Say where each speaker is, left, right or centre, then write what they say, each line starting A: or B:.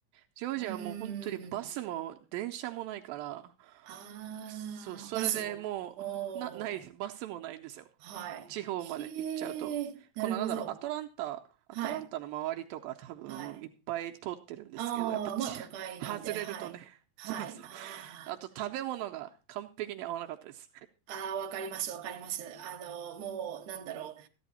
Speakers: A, on the right; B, on the right.
A: ジョージアはもう本当にバスも電車もないから、
B: うーん。ああ、
A: そう、それでもう、
B: バスも。おー、
A: な、ないです。バスもないんですよ。
B: はい。
A: 地方まで行っちゃうと、
B: へえ、なるほど。
A: このなんだろう、アトランタ、アトランタの周りとか多分いっぱい通ってるんですけど、
B: はい、はい。ああ、
A: やっぱち、
B: まあ都会なんで、
A: 外れるとね、
B: はい。はい。
A: <laughs> そうそう。
B: あ
A: あと食べ物が完璧に合わなかったです。
B: あ、ああ、わかります、わかります。あの、もう、なんだろう。